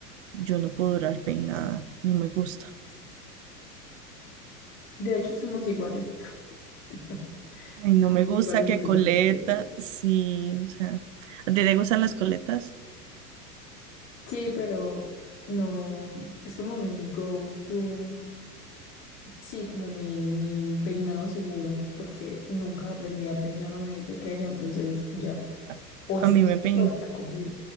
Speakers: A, on the right (about 50°); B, on the left (about 30°).
A: yo no puedo durar peinada, no me gusta.
B: De hecho, somos iguales. <laughs>
A: Ay, no
B: Somos
A: me gusta
B: iguales
A: que
B: en ese
A: coleta,
B: sentido.
A: sí, o sea, ¿a ti te gustan las coletas?
B: Sí, pero no, es como mi go-to, sí, como mi, mi peinado seguro, porque nunca aprendí a peinarme de pequeña, entonces ya,
A: A
B: o está
A: a mí
B: suelto
A: me pein
B: o está cogido.